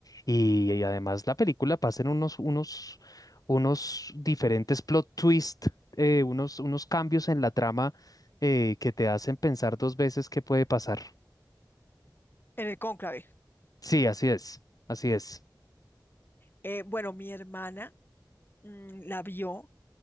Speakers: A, on the left (about 50°); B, on the left (about 30°).
A: y, y además la película pasa en unos, unos, unos diferentes plot twist, eh, unos, unos cambios en la trama eh, que te hacen pensar dos veces qué puede pasar.
B: en el cónclave.
A: Sí, así es, así es.
B: Eh, bueno, mi hermana mm, la vio